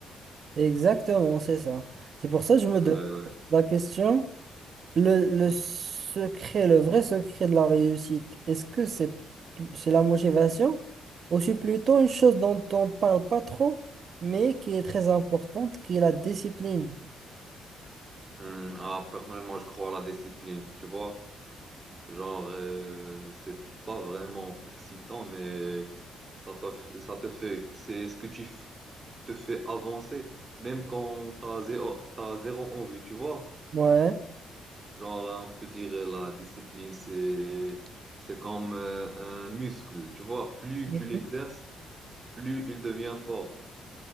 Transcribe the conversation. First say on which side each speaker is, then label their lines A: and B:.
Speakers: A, on the right; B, on the right.
A: Exactement, c'est ça. C'est pour ça que je me
B: Ouais,
A: demande
B: ouais.
A: la question, le, le secret, le vrai secret de la réussite, est-ce que c'est c'est la motivation ou c'est plutôt une chose dont on ne parle pas trop, mais qui est très importante, qui est la discipline?
B: Hum, ah, personnellement, je crois à la discipline, tu vois. Genre, euh, c'est pas vraiment excitant, mais ça te, f- ça te fait, c'est ce que tu, f- te fait avancer, même quand t'as zéro, t'as zéro envie, tu vois.
A: Ouais.
B: Genre, on peut dire euh, la discipline, c'est, c'est comme euh, un muscle, tu vois. Plus
A: Mhm.
B: tu l'exerces, plus il devient fort,